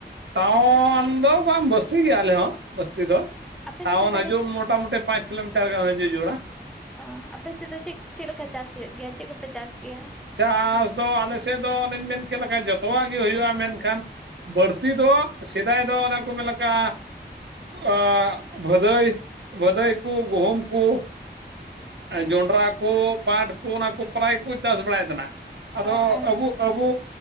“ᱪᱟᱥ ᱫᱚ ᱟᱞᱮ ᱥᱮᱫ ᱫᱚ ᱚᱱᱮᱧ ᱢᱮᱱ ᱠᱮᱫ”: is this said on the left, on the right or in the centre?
Right